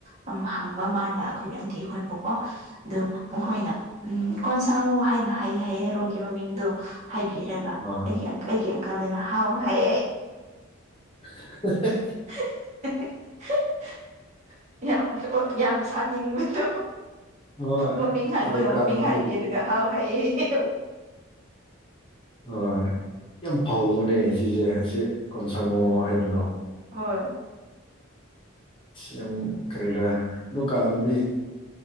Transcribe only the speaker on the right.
ꯎ ꯍꯪꯕ ꯃꯥꯅ ꯑꯩꯈꯣꯏ ꯑꯟꯇꯤꯈꯣꯏꯕꯨꯀꯣ ꯑꯗꯨ ꯃꯈꯣꯏꯅ ꯎꯝ ꯀꯣꯟꯁꯥꯡꯉ ꯍꯥꯏꯅ ꯍꯥꯏ ꯍꯥꯏꯌꯦ ꯍꯦꯔꯣꯗꫭ ꯃꯃꯤꯡꯗꯣ ꯍꯥꯏꯕꯤꯔꯒ
ꯑꯩꯒꯤ ꯑꯩꯒꯤ ꯑꯪꯀꯜꯗꯨꯅ ꯍꯥꯎ ꯍꯥꯏ
<unintelligible> ꯌꯥꯝ ꯌꯥꯝ ꯁꯥꯅꯤꯡꯕꯗꯣ
ꯃꯃꯤꯡ ꯈꯥꯡꯉꯕꯒ
ꯃꯃꯤꯡ ꯍꯥꯏꯕꯤꯔꯒ ꯍꯥꯎꯍꯥꯏꯌꯦ
ꯍꯣꯏ